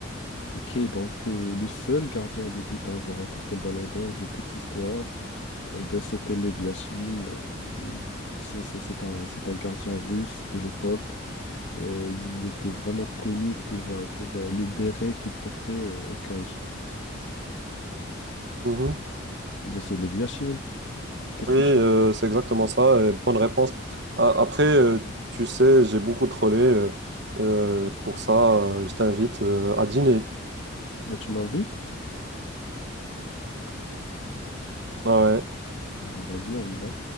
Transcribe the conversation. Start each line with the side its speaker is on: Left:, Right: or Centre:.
Left: Ok, donc euh, le seul gardien de but à avoir remporté le Ballon d'Or de toute l'histoire, euh, bah, c'était Lev Yashin. euh, il- c'est c'est- c'est un, c'est un gardien russe de l'époque. Euh, il était vraiment connu pour, euh, pour euh, le béret qu'il portait euh, au cage.
Right: Mhm.
Left: Bah, c'est Lev Yashin. Qu'est-ce
Right: Oui,
Left: que
Right: euh,
Left: tu cherches?
Right: c'est exactement ça. et bonne réponse. A- Après, euh, tu sais, j'ai beaucoup trollé. euh, euh, pour ça, euh, je t'invite euh, à dîner.
Left: Bah, tu m'invites?
Right: Ah ouais.
Left: Bon, Bah, vas-y, on y va.